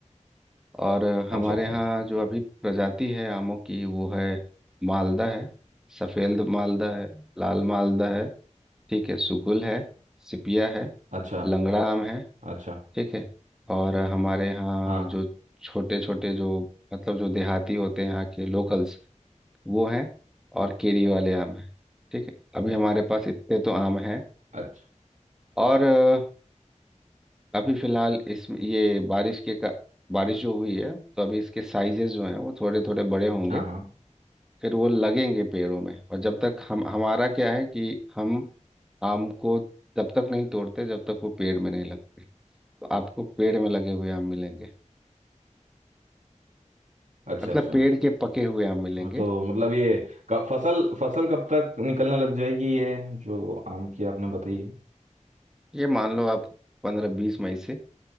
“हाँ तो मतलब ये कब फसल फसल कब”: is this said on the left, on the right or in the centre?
Right